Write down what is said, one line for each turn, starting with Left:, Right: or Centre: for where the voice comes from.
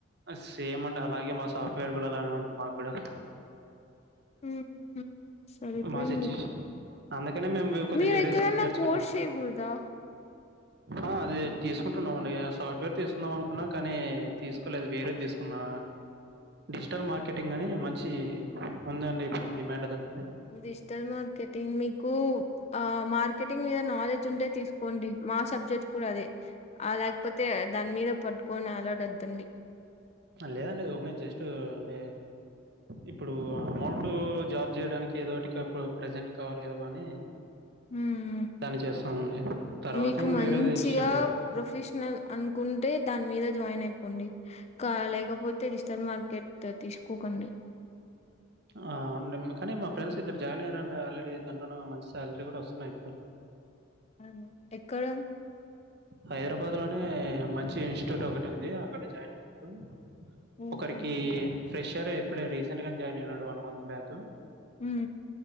Right: సేమ్ అండి అలాగే మా సాఫ్ట్వేర్ కూడా అలానే ఉంది మాగూడా
Left: ఊహ్మ్ సరిపోయింది
Right: మా సిచ్యుయేషన్ అందుకనే మేము కొద్ది
Left: మీరు
Right: వేరే
Left: ఎక్కడన్నా
Right: స్కప్ట్ నేర్చుకుంటును
Left: కోర్స్ చేయకూడదా
Right: ఆ అది తీసుకుంటున్నాం అండి సాఫ్ట్వేర్ తీస్కుందాం అనుకున్నా కానీ తీస్కోలేదు వేరేద్ తీస్కున్నా డిజిటల్ మార్కెటింగ్ అని మంచి ఉందండి ఇప్పుడు డిమాండ్ దానికి
Left: డిజిటల్ మార్కెటింగ్ మీకు ఆ మార్కెటింగ్ మీద నాలెడ్జ్ ఉంటే తీసుకోండి మా సబ్జెక్ట్ కూడా అదే ఆ లేకపోతే దాని మీద పట్టుకొని అలాడాదండి
Right: లేదండి ఒకనే జస్ట్ అంటే ఇప్పుడు అమౌంట్ జాబ్ చేయడానికి ఏదో ఒకటి ఇప్పుడు ప్రజెంట్ కావాలి కదా బానీ
Left: ఉమ్
Right: దాని చేస్తనమండి తర్వాత
Left: మీకు
Right: ఇం
Left: మంచిగా
Right: వేరేది షిఫ్ట్గా
Left: ప్రొఫెషనల్ అనుకుంటే దాని మీద జాయిన్ అయిపోండి క లేకపోతే ఇన్స్టాల్ మార్కెట్ తీసుకోకండి
Right: ఆ ఉ కానీ మా ఫ్రెండ్స్ ఇద్దరు జాయిన్ అయ్యారుడి ఆల్రెడీ దాంట్లోనే మంచి సాలరీ కూడా వస్తున్నాయి ఇప్పుడు
Left: అను ఎక్కడ
Right: హైదరాబాద్ లోనే మంచి ఇన్స్టిట్యూట్ ఒకటి ఉంది అక్కడ జాయిన్ అయినట్టు
Left: ఉమ్
Right: ఒకరికి ఫ్రెష్ ఇయర్ ఎప్పుడే రీసెంట్ గా జాయిన్ అయినాడు వన్ మంత్ బ్యాక్
Left: ఉ